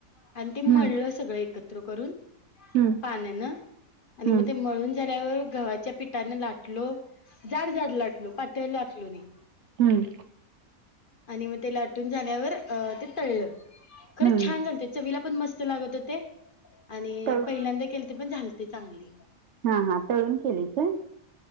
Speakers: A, on the left; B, on the right.
A: आणि ते
B: हम्म.
A: मळलं सगळं एकत् र,
B: हम्म.
A: पाण्यानं आणि
B: हम्म.
A: म ते मळून झाल्यावर गव्हा च्या, पिठाने लाटलो जाड -जाड लाटलो, पातळं लाटलो नाही.
B: हम्म.
A: आणि म तेला लाटून झाल्यावर ते तळलं खरं
B: हम्म.
A: छान झालं ते, चवीला पण मस्त लागत होते. आणि
B: तळु
A: पहिल्यांदा केलते पण झालते चांगले
B: हा-हा तळून केलीस काय? <inaudible>